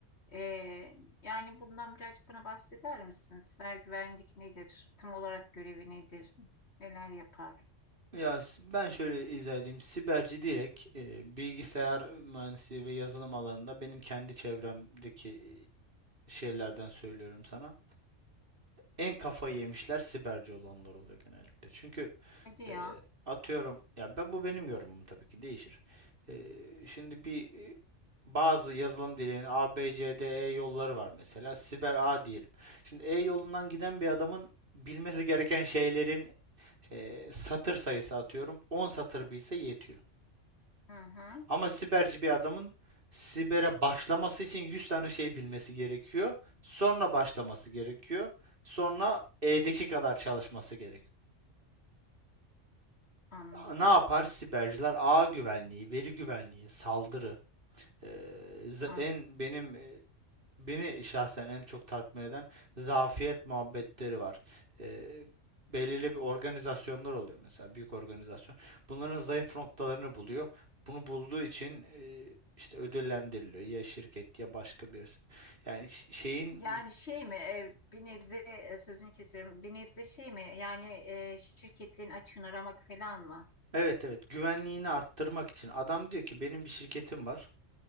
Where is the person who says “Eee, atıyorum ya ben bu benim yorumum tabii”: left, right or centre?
Right